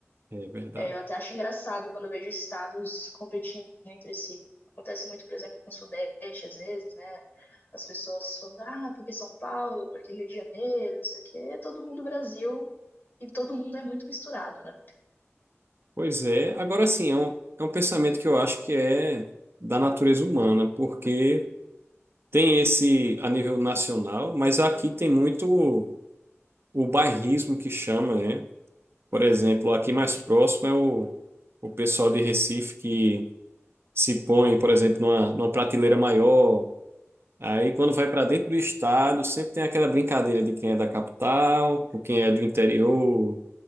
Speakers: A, on the right (about 55°); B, on the left (about 45°).
A: É verdade.
B: É, eu até acho engraçado quando eu vejo estados competindo entre si. Acontece muito, por exemplo, com o Sudeste, às vezes, né? As pessoas falam, ah, porque São Paulo, porque Rio de Janeiro, não sei o quê. Todo mundo Brasil e todo mundo é muito misturado, né?
A: Pois é. Agora sim, é um, é um pensamento que eu acho que é da natureza humana, porque tem esse a nível nacional, mas aqui tem muito o bairrismo que chama, né? Por exemplo, aqui mais
B: Uhum.
A: próximo é o, o pessoal de Recife que se põe, por exemplo, numa, numa prateleira maior Aí, quando vai para dentro do estado, sempre tem aquela brincadeira de quem é da capital, com quem é do interior,